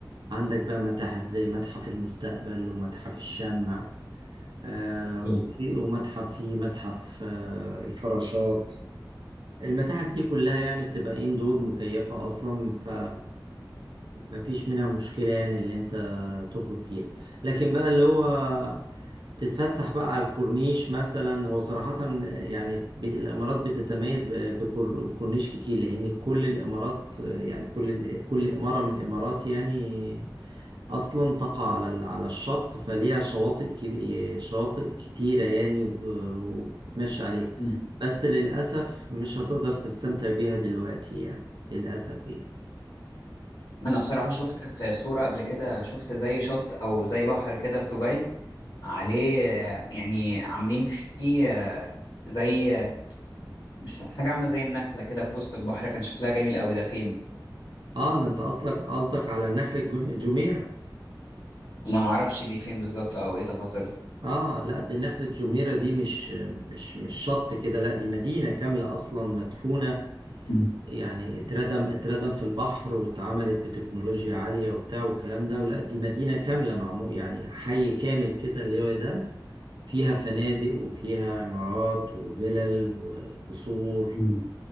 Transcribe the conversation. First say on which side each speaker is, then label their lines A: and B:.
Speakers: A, on the right; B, on the left.
A: عندك بقى متاحف زي متحف المستقبل ومتحف الشمع آه،
B: مم.
A: وفي ومتحف فيه متحف آه، الفراشات المتاحف دي كلها يعني بتبقى إيه، اندور مكيفة أصلا ف مفيش منها مشكلة يعني اللي أنت تخرج فيها لكن بقى اللي هو تتفسح بقى على الكورنيش مثلا هو صراحة يعني ب- الإمارات بتتميز ب- بكورنيش كتير لأن كل الإمارات يعني كل ال- كل إمارة من الإمارات يعني أصلا تقع على ال- على الشط فليها شواطئ كي- شواطئ كتيرة يعني و- وبتتمشى عليها
B: مم.
A: بس للأسف مش هتقدر تستمتع بيها دلوقتي يعني للأسف يعني
B: انا بصراحة شفت في صورة قبل كده شفت زي شط او زي بحر كده في دبي عليه آه، يعني عاملين فيه آه، زي آه، مش- حاجة عاملة زي النخلة كده في وسط البحر كان شكلها جميل قوي ده فين؟
A: اه إن انت اصلك قصدك على نخلة جو- جميرة
B: أنا معرفش دي فين بالظبط أو إيه تفاصيلها
A: اه لا دي نخلة جميرة دي مش مش مش شط كده لا دي مدينة كاملة اصلا مدفونة
B: مم.
A: يعني اتردم اتردم في البحر واتعملت بتكنولوجيا عالية وبتاع والكلام ده ولا دي مدينة كاملة معمول يعني حي كامل كده اللي هو ده فيها فنادق وفيها عمارات وفلل و- وقصور
B: مم.